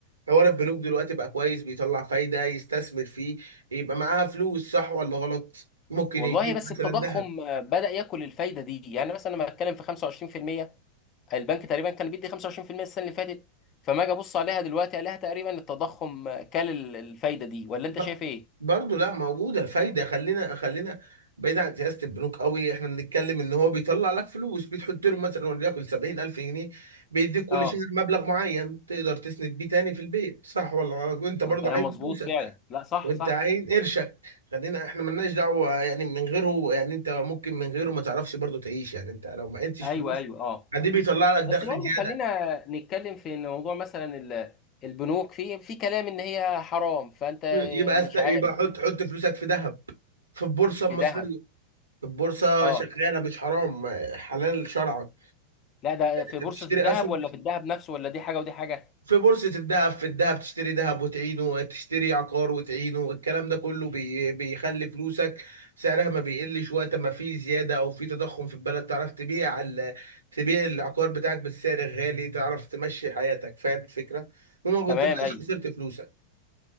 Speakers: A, on the right (about 75°); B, on the left (about 35°).
A: حوار البنوك دلوقتي بقى كويس بيطلع فايده يستثمر فيه يبقى معاها فلوس صح ولا غلط ممكن
B: والله
A: يجيب
B: بس
A: مثلا
B: التضخم
A: ذهب
B: آه، بدأ ياكل الفايدة دي يعني مثلا لما اتكلم في 25% البنك تقريبا كان بيدي 25% السنة اللي فاتت فما اجي ابص عليها دلوقتي عليها تقريبا التضخم آه، كل ال- الفايدة دي ولا
A: ب-
B: انت شايف ايه؟
A: برضه لا موجوده الفايده خلينا خلينا بعيد عن سياسه البنوك قوي احنا بنتكلم ان هو بيطلع لك فلوس بتحط له مثلا وليكن 70000 جنيه بيديك كل
B: اه
A: شهر مبلغ معين تقدر تسند بيه تاني في البيت صح ولا غلط وانت برضه
B: كلام
A: عايز
B: مظبوط
A: فلوسك
B: فعلا لا صح
A: وانت
B: صح
A: عايز قرشك خلينا احنا ملناش دعوه يعني من غيره يعني انت ممكن من غيره ما تعرفش برضه تعيش يعني انت لو ما عندكش
B: ايوه
A: فلوس
B: ايوه اه
A: عادي بيطلع لك دخل
B: بس برضه
A: زياده
B: خلينا نتكلم في إن موضوع مثلا ال- البنوك في في كلام ان هي حرام فانت
A: يبقى
B: مش
A: است... يبقى
B: عارف
A: حط حط فلوسك في ذهب في البورصه
B: في
A: المصريه
B: ذهب
A: البورصة
B: اه
A: شغالة مش حرام حلال شرعا
B: لا ده في
A: انت
B: بورصة
A: بتشتري
B: الذهب
A: اسهم
B: ولا في الذهب نفسه ولا دي حاجة ودي حاجة
A: في بورصة الذهب في الذهب تشتري ذهب وتعينه تشتري عقار وتعينه الكلام ده كله بي بيخلي فلوسك سعرها ما بيقلش وقت ما في زيادة او في تضخم في البلد تعرف تبيع ال... تبيع العقار بتاعك بالسعر الغالي تعرف تمشي حياتك فاهم الفكرة وما
B: تمام
A: كنت بقاش
B: ايوه
A: خسرت فلوسك